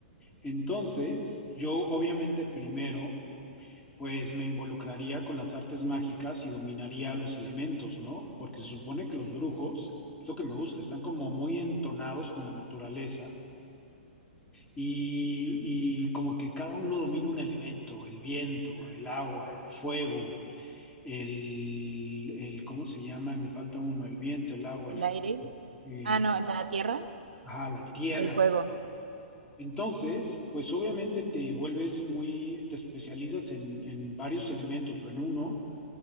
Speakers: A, on the left; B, on the right.
A: Entonces, yo obviamente primero, pues me involucraría con las artes mágicas y dominaría los elementos, ¿no? Porque se supone que los brujos, es lo que me gusta, están como muy entonados con la naturaleza. y, y como que cada uno domina un elemento, el viento, el agua, el fuego, el, el ¿cómo se llama? Me falta uno, el viento, el agua, el,
B: El aire,
A: eh,
B: ah, no, la tierra
A: ajá, la tierra.
B: y el fuego.
A: Entonces, pues obviamente te vuelves muy, te especializas en, en varios elementos o en uno